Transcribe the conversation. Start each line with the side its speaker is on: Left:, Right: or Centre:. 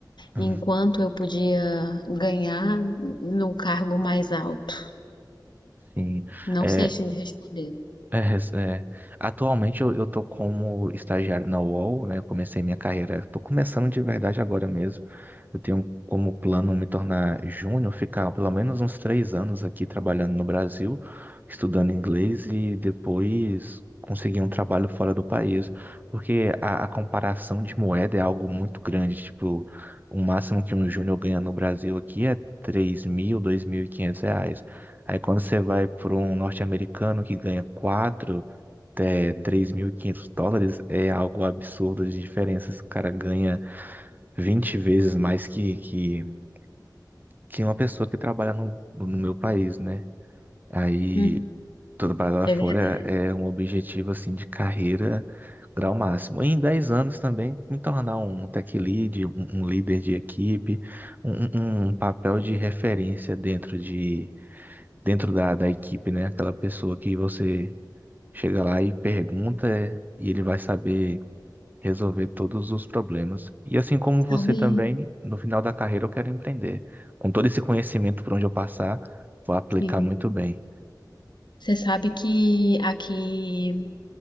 Right: Uhum,
Left: Enquanto eu podia ganhar num cargo mais alto.
Right: Sim.
Left: Não
Right: É,
Left: sei se responder.
Right: É, é. Atualmente eu, eu tô como estagiário na UOL, né? Eu comecei minha carreira, tô começando de verdade agora mesmo. Eu tenho como plano me tornar júnior, ficar pelo menos uns três anos aqui trabalhando no Brasil, estudando inglês e depois conseguir um trabalho fora do país. Porque a, a comparação de moeda é algo muito grande. Tipo, o máximo que um júnior ganha no Brasil aqui é 3 mil, 2.500 reais. Aí quando você vai para um norte-americano que ganha 4 até 3.500 dólares, é algo absurdo de diferença. Esse cara ganha 20 vezes mais que, que, que uma pessoa que trabalha no, no meu país, né? Aí
Left: Uhum.
Right: todo trabalho lá
Left: É
Right: fora
Left: verdade.
Right: é um objetivo assim de carreira grau máximo. E em 10 anos também me tornar um tech lead, um, um líder de equipe, um, um um papel de referência dentro de dentro da, da equipe, né? Aquela pessoa que você chega lá e pergunta eh, e ele vai saber resolver todos os problemas. E assim como você
Left: Sabe,
Right: também, no final da carreira eu quero empreender. Com todo esse conhecimento por onde eu passar, vou aplicar
Left: sim.
Right: muito bem.
Left: Você sabe que aqui